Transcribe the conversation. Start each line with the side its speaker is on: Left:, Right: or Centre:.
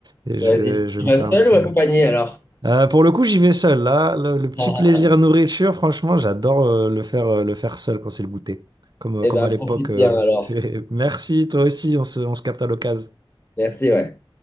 Right: Et je
Left: vas-y.
Right: vais, je
Left: Tu
Right: vais me
Left: vas
Right: faire
Left: seul
Right: un petit.
Left: ou accompagné alors?
Right: Euh, pour le coup, j'y vais seul. Là, le, le petit
Left: <laughs>
Right: plaisir nourriture, franchement, j'adore euh, le faire, euh, le faire seul quand c'est le goûter. Comme,
Left: Eh
Right: euh, comme
Left: ben
Right: à
Left: profite
Right: l'époque. euh.
Left: bien alors.
Right: <laughs> Merci, toi aussi, on se, on se capte à l'occasion.
Left: Merci, ouais.